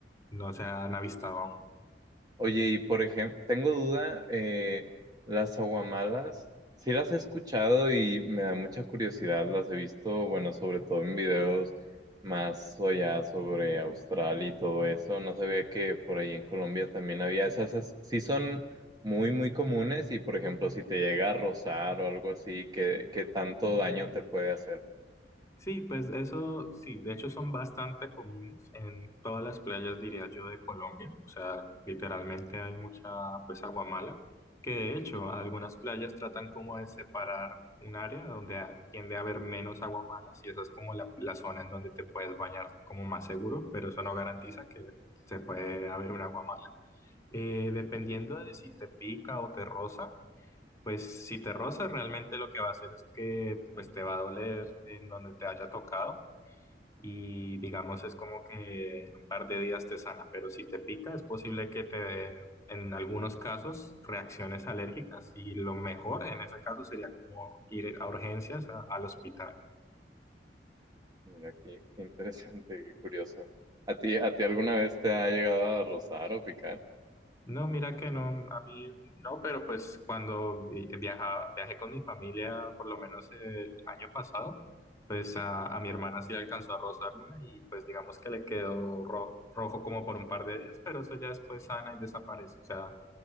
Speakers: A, on the left; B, on the right.
A: no se han avistado aún.
B: Oye, y por ejemplo, tengo duda, eh, las aguamalas, sí las he escuchado y me da mucha curiosidad, las he visto, bueno, sobre todo en videos más allá sobre Australia y todo eso, no sabía que por ahí en Colombia también había esas, esas- sí son muy, muy comunes y, por ejemplo, si te llega a rozar o algo así, ¿qué, qué tanto daño te puede hacer?
A: Sí, pues eso sí, de hecho son bastante comunes en todas las playas, diría yo, de Colombia. O sea, literalmente hay mucha, pues, agua mala, que de hecho algunas playas tratan como de separar un área donde a- tiende a haber menos agua mala, y esa es como la, la zona en donde te puedes bañar como más seguro, pero eso no garantiza que se puede haber un agua mala. Eh, dependiendo de si te pica o te roza. Pues si te rozas, realmente lo que va a hacer es que pues te va a doler en donde te haya tocado y digamos es como que en un par de días te sana, pero si te pica es posible que te dé en algunos casos reacciones alérgicas y lo mejor en ese caso sería como ir a urgencias a- al hospital.
B: Mira, qué, qué interesante, qué curioso. ¿A ti, a ti alguna vez te ha llegado a rozar o picar?
A: No, mira que no, a mí no, pero pues cuando vi- viaja- viajé con mi familia, por lo menos el año pasado, pues a, a mi hermana sí le alcanzó a rozar una y pues digamos que le quedó ro- rojo como por un par de días, pero eso ya después sana y desaparece. O sea,